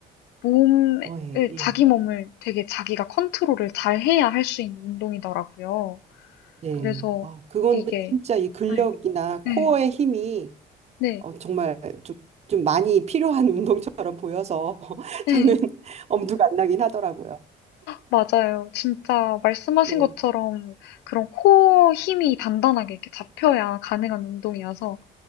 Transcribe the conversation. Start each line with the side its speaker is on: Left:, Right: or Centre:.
Left: 몸을
Right: 어, 예, 예,
Left: 자기 몸을 되게 자기가 컨트롤을 잘 해야 할 수 있는 운동이더라고요.
Right: 네.
Left: 그래서
Right: 아, 그거는
Left: 이게
Right: 진짜 이 근력이나
Left: 네, 네,
Right: 코어의 힘이
Left: 네,
Right: 어, 정말 좀, 좀 많이 필요한 운동처럼 보여서 <laughs>
Left: 네.
Right: 저는 <laughs> 엄두가 안 나긴 하더라고요.
Left: 맞아요. 진짜 말씀하신
Right: 네.
Left: 것처럼 그런 코어 힘이 단단하게 이렇게 잡혀야 가능한 운동이어서